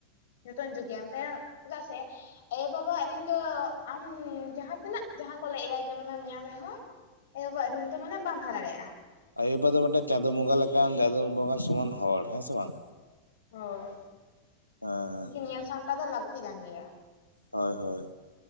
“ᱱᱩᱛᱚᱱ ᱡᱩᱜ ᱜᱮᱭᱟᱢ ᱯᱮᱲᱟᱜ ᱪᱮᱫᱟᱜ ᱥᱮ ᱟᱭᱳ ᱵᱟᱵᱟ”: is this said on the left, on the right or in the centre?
Left